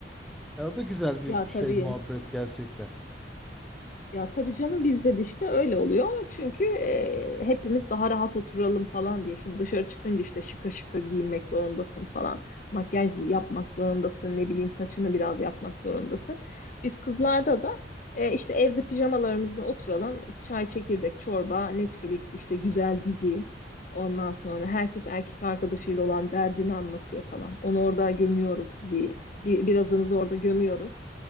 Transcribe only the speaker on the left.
Ya
tabii.
Ya tabii canım bizde de işte öyle oluyor. Çünkü e, hepimiz daha rahat oturalım falan diye. Şimdi dışarı çıkınca işte şıkır şıkır giyinmek zorundasın falan. Makyaj yapmak zorundasın. Ne bileyim saçını biraz yapmak zorundasın. Biz kızlarda da e, işte evde pijamalarımızla oturalım. Çay, çekirdek, çorba, Netflix, işte güzel dizi. Ondan sonra herkes erkek arkadaşıyla olan derdini anlatıyor falan. Onu orada gömüyoruz. Bir, bir birazınızı orada gömüyoruz.